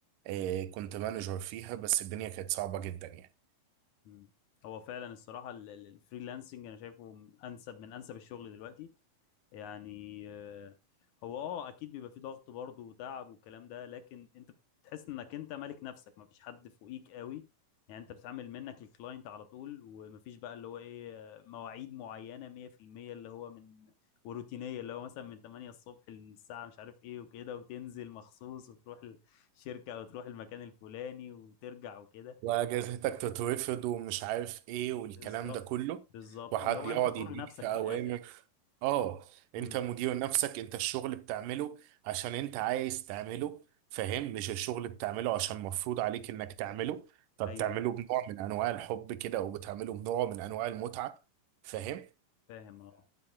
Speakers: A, on the right (about 75°); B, on the left (about 70°).
A: آه كنت مانجر فيها بس الدنيا كانت صعبة جدا يعني
B: مم. هو فعلا الصراحة ال- ال- الفريلانسنج أنا شايفه م- أنسب من أنسب الشغل دلوقتي يعني آه، هو أه أكيد بيبقى فيه ضغط برضه وتعب والكلام ده لكن أنت بتحس إنك أنت مالك نفسك مفيش حد فوقيك قوي يعني أنت بتتعامل منك للكلاينت على طول ومفيش بقى اللي هو إيه آه، مواعيد معينة 100% اللي هو من وروتينية اللي هو مثلا من 8 الصبح للساعة مش عارف إيه وكده وتنزل مخصوص وتروح الشركة أو تروح المكان الفلاني وترجع وكده
A: وأجازتك تترفض ومش عارف إيه والكلام
B: بالظبط
A: ده كله
B: بالظبط
A: وحد
B: اللي هو
A: يقعد
B: انت حر
A: يديك
B: نفسك
A: في أوامر
B: في الاخر
A: اه انت
B: امم
A: مدير نفسك انت الشغل بتعمله عشان انت عايز تعمله فاهم مش الشغل بتعمله عشان مفروض عليك انك تعمله فبتعمله
B: ايوه أيوة.
A: بنوع من انواع الحب كده وبتعمله بنوع من انواع المتعة فاهم
B: فاهم اه